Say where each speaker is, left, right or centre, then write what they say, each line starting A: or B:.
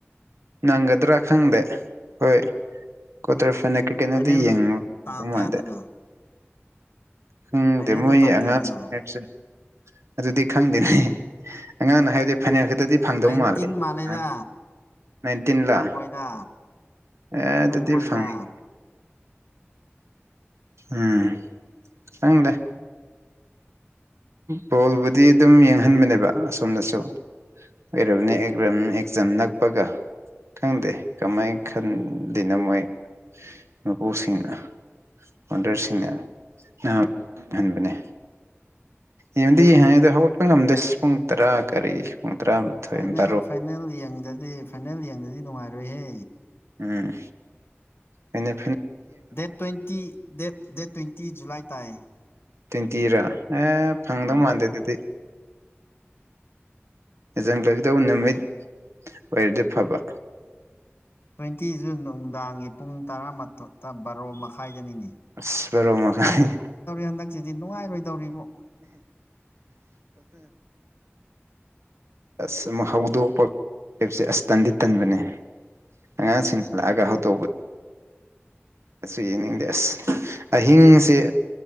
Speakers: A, on the right; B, on the left.
A: ꯅꯪꯒꯗ꯭ꯔꯥ ꯈꯪꯗꯦ ꯍꯣꯏ ꯀꯣꯗ꯭ꯔ ꯐꯅ ꯀ꯭ꯔꯤꯀꯦꯠꯅꯗꯤ
B: ꯐꯥꯏꯅꯦꯜꯗ
A: ꯌꯦꯡꯕ ꯐꯪꯗꯧ
B: ꯇꯥꯡ ꯀꯌꯥꯗꯅꯣ
A: ꯃꯥꯟꯗꯦ ꯈꯪꯗꯦ
B: ꯐꯥꯏꯅꯦꯜꯗ
A: ꯃꯣꯏ
B: ꯇꯥꯡ
A: ꯑꯉꯥꯡꯁꯤꯡ
B: ꯀꯌꯥꯗꯅꯣ
A: ꯍꯥꯏꯔꯤꯁꯦ ꯑꯗꯨꯗꯤ ꯈꯪꯗꯦꯅꯤ ꯑꯉꯥꯡꯅ ꯍꯥꯏꯗꯤ ꯐꯅꯦꯛ ꯈꯛꯇꯗꯤ ꯐꯪꯗꯧ
B: ꯅꯥꯏꯟꯇꯤꯟ
A: ꯃꯥꯜꯂꯦ
B: ꯃꯥꯜꯂꯦꯗ
A: ꯑ ꯅꯥꯏꯟꯇꯤꯟ ꯂꯥꯛ
B: ꯐꯪꯉꯣꯏꯗ
A: ꯑꯦ ꯑꯗꯨꯗꯤ
B: ꯐꯪꯉꯣꯏꯗ
A: ꯐꯗꯗ ꯎꯝ ꯆꯪꯗꯦ ꯕꯣꯜꯕꯨꯗꯤ ꯑꯗꯨꯝ ꯌꯦꯡꯍꯟꯕꯅꯦꯕ ꯑꯁꯣꯝꯅꯁꯨ ꯑꯣꯏꯔꯕꯅꯦ ꯑꯦꯛꯆꯝ ꯅꯛꯄꯒ ꯈꯪꯗꯦ ꯀꯃꯥꯏꯅ ꯈꯟꯗꯅꯣ ꯃꯣꯏ ꯃꯄꯨꯁꯤꯡꯅ ꯑꯣꯥꯎꯗꯔꯁꯤꯡꯅꯥꯛꯪꯍꯟꯕꯅꯦ ꯌꯦꯡꯗꯤ ꯌꯦꯡ ꯍꯥꯏꯗ ꯍꯧꯒꯠꯄ ꯉꯝꯗꯦꯁ ꯄꯨꯡ ꯇꯔꯥ ꯀꯔꯤ ꯄꯨꯡ ꯇꯔꯥꯃꯥꯊꯣꯏ
B: ꯐꯥꯏꯅꯦꯜ
A: ꯕꯥꯔꯣ
B: ꯐꯥꯏꯅꯦꯜ ꯌꯦꯡꯗꯗꯤ ꯐꯥꯏꯅꯦꯜ ꯌꯦꯡꯗꯗꯤ ꯅꯨꯡꯉꯥꯏꯔꯣꯏꯍꯦ
A: ꯎꯝ ꯑꯩꯅ
B: date twenty date date twenty July ꯇꯥꯏ
A: ꯇ꯭ꯋꯦꯟꯇꯤꯔꯥ ꯑꯦ ꯐꯪꯗꯧ
B: ꯎꯝ
A: ꯃꯥꯟꯗꯦ ꯑꯗꯨꯗꯤ
B: <inaudible>
A: ꯖꯪ ꯀꯗꯧꯕ ꯅꯨꯃꯤꯠ ꯑꯣꯏꯔꯗꯤ ꯐꯕ
B: ꯇ꯭ꯋꯦꯟꯇꯤꯁꯨ ꯅꯨꯡꯗꯥꯡꯒꯤ ꯄꯨꯡ ꯇꯔꯥꯃꯊꯛꯇ ꯕꯥꯔꯣ ꯃꯈꯥꯏꯗꯅꯤꯅꯤ
A: ꯑꯁꯔꯣ ꯃꯈꯝ
B: ꯍꯟꯗꯛꯁꯤꯗꯤ ꯅꯨꯡꯉꯥꯏꯔꯣꯏꯗꯧꯔꯤꯕꯣ
A: ꯁ ꯍꯥꯎꯗꯣ ꯄ ꯀꯦꯞꯁꯦ ꯑꯁ ꯇꯟꯗꯤ ꯇꯟꯕꯅꯦ ꯑꯉꯥꯡꯁꯤꯡꯅ ꯂꯥꯛꯑꯒ ꯍꯧꯗꯣꯛꯧꯕꯗ ꯑꯠꯁꯨ ꯌꯦꯡꯅꯤꯡꯗꯦ ꯑꯁ ꯑꯍꯤꯡꯁꯦ